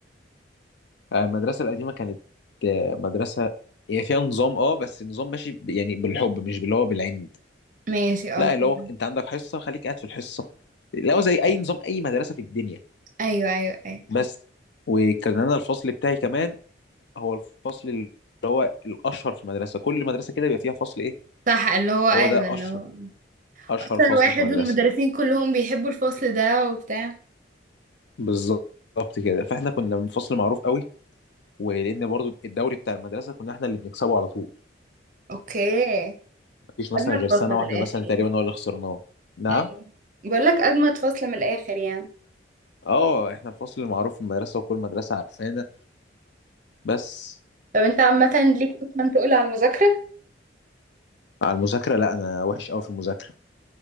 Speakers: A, on the left (about 65°); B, on the right (about 40°).
A: آه، المدرسه القديمه كانت آه، مدرسه هي فيها نظام اه بس النظام ماشي ب- يعني بالحب مش باللي هو بالعند
B: ماشي اه
A: لا
B: فهمك.
A: اللي هو انت عندك حصه خليك قاعد في الحصه اللي هو زي اي نظام اي مدرسه في الدنيا
B: ايوه ايوه ايوه
A: بس وكان انا الفصل بتاعي كمان هو الفصل اللي هو الاشهر في المدرسه كل مدرسه كده بيبقى فيها فصل ايه
B: صح اللي هو
A: هو
B: ايوه
A: ده
B: اللي
A: اشهر
B: هو
A: اشهر
B: اكتر
A: فصل
B: واحد
A: في المدرسه
B: والمدرسين كلهم بيحبوا الفصل ده وبتاع
A: بالظبط كده فاحنا كنا من فصل معروف قوي ولان برضو الدوري بتاع المدرسه كنا احنا اللي بنكسبه على طول
B: اوكي
A: مفيش مثلا
B: أجمد
A: غير سنه
B: فصل من
A: واحده
B: الآخر
A: مثلا تقريبا
B: يعني
A: هو اللي خسرناه نعم
B: ايوه بقول لك اجمد فصل من الاخر يعني
A: اه احنا الفصل المعروف في المدرسه وكل مدرسه عارفانا بس
B: طب انت عامه ليك اصلا تقول على المذاكره
A: على المذاكرة لا أنا وحش أوي في المذاكرة